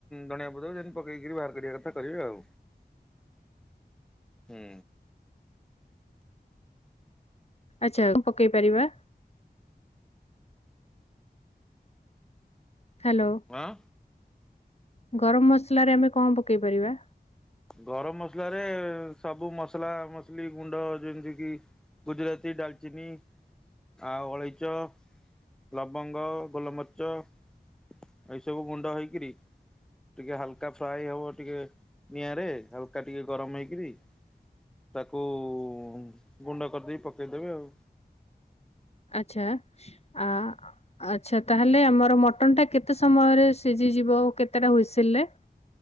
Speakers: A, in the centre; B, on the left.
A: ଧଣିଆ ପଦ ଯେମିତି ପକେଇକରି ବାହାର କରିବା କଥା କରିବେ ଆଉ ହୁଁ
B: ଆଚ୍ଛା ପକେଇ ପାରିବା ହ୍ୟାଲୋ
A: ଆଁ
B: ଗରମ ମସଲ ରେ ଆମେ କଣ ପକେଇ ପାରିବା।
A: ଗରମ ମସଲାରେ ସବୁ ମସଲା ମସଲି ଗୁଣ୍ଡ ଯେମିତିକି ଗୁଜୁରାତି, ଡାଲଚିନି, ଆଉ ଅଳେଇଚ ଲବଙ୍ଗ ଗୋଲମ ଚ <inaudible> ଏଇସବୁ ଗୁଣ୍ଡ ହେଇକିରି ଟିକେ ହାଲକା ଫ୍ରାଏ ହବ ଟିକେ ନିଆଁ ରେ ହାଲକା ଟିକେ ଗରମ ହେଇକିରି <inaudible> ତାକୁ ଓ ଗୁଣ୍ଡ କରିଦେଇକି ପକେଇ ଦେବେ। <inaudible>
B: ଆଛା ଆ ଆଚ୍ଛା ତାହେଲେ ଆମର ମଟନ ଟା କେତେ ସମୟରେ ସିଝିଯିବ କେତେଟା ହୁଇସିଲରେ।